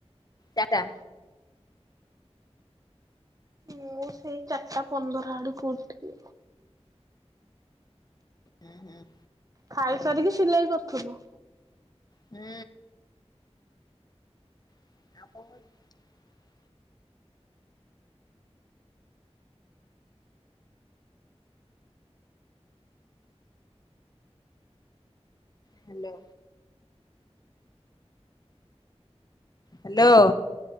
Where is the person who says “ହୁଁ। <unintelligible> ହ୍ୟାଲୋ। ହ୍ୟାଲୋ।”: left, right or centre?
Left